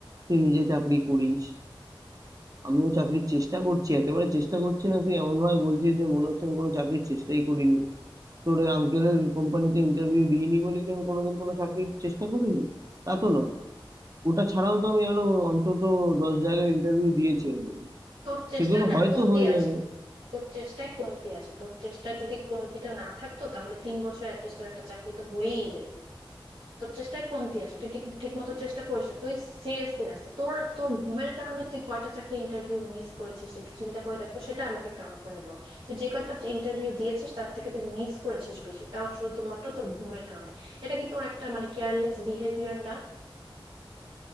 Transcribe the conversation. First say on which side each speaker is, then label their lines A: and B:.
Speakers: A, on the right; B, on the right.
A: তুই নিজে চাকরি করিস আমিও চাকরির চেষ্টা করছি একেবারে চেষ্টা করছি না তুই এমন ভাবে বলছিস যে মনে হচ্ছে আমি কোনো চাকরির চেষ্টাই করিনি তোর ওই আঙ্কেলের কোম্পানিতে ইন্টারভিউ দিইনি বলে কি আমি কোনোদিন কোনো চাকরির চেষ্টা করিনি তা তো নয় ওটা ছাড়াও তো আমি আরো অন্তত দশ জায়গায় ইন্টারভিউ দিয়েছি অলরেডি
B: তোর চেষ্টা
A: সেগুলো
B: না
A: হয়তো
B: কমতি
A: হয়ে
B: আছে
A: যাবে
B: তোর চেষ্টায় কমতি আছে তোর চেষ্টা যদি কমতিটা না থাকতো তাহলে তিন বছর অ্যাটলিস্ট তোর একটা চাকরি তো হয়েই যেত তোর চেষ্টায় কমতি আছে তুই ঠিক ঠিক মতো চেষ্টা করিস না, তুই সিরিয়াসলি আসতে তোর তোর ঘুমের কারণে তুই কয়টা চাকরি ইন্টারভিউ মিস করেছিস একটু চিন্তা করে দেখ তো সেটা আমাকে কাউন্ট করে বল তুই যে কয়টা ইন্টারভিউ দিয়েছিস তার থেকে তুই মিস করেছিস বেশি তাও শুধুমাত্র তোর ঘুমের কারণে এটা কি তোর একটা মানে কেয়ারলেস বিহেভিয়ার না